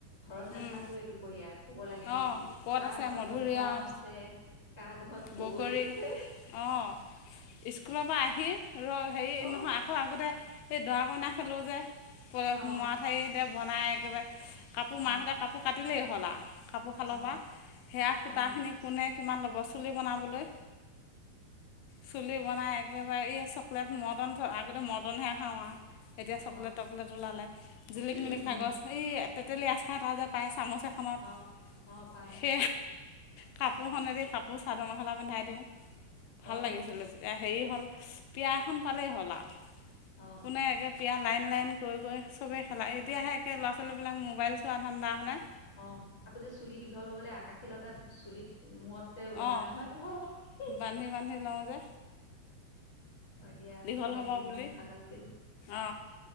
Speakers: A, on the left (about 20°); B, on the left (about 75°).
A: ঘৰত নাথাকোৱে
B: অঁ
A: দুপৰীয়া। শুব লাগে
B: অঁ
A: নে কি,
B: ক'ত
A: কা
B: আছে
A: ঘৰত
B: মধুৰিআম
A: মধুআম আছে কাৰ ঘৰত
B: বগৰী,
A: আছে
B: অ। স্কুলৰ পৰা আহি ৰ হেৰি
A: অ
B: নহয় আকৌ আগতে সেই দৰা কইনা খেলো যে। <unintelligible>
A: অ
B: মআ ঠাই দি বনাই একেবাৰে কাপোৰ মাহঁতে
A: অ
B: কাপোৰ কাটিলেই হ'ল আ কাপোৰ শালৰ
A: অ
B: পা। সেয়া সূতাখিনি
A: অ
B: কোনে কিমান ল'ব চুলি বনাবলৈ। চুলি বনাই একেবাৰে এই চকলেট মৰ্টন আগতে মৰ্টনহে খাওঁ আ। এতিয়া চকলেট-টকলেট
A: অ অ
B: ওলালে। জিলিক-মিলিক
A: উম উম
B: কাগজ, এই তেতেলী আচাৰ এটা যে পায় চামুচ এখনত।
A: অ অ পাই
B: সে কাপোৰখনেদি কাপোৰ চাদৰ-মেখলা পিন্ধাই দিওঁ। ভাল
A: অ
B: লাগিছিলে তেতিয়া। হেই হ'ল পিয়া খন পালেই হ'ল আ,
A: অ অ
B: কোনে একে পিয়া লাইন লাইন কৰি কৰি চবেই খেলা। এতিয়াহে একে ল'ৰা লৰা-ছোৱালীবিলাক মোবাইল চোৱা ধাণ্ডা, হয়নে?
A: অ আকৌ যে চুলি দীঘল হ'বলে আকাশীলতাত চুলিত মূৰত যে ওলমাই
B: অঁ
A: ওলমাই থওঁ <unintelligible>
B: বান্ধি বান্ধি লওঁ যে।
A: হয় দিয়া
B: দীঘল
A: সেইবিলাক
B: হ'ব
A: দিন ইমান
B: বুলি,
A: ভাল আছিল
B: অ।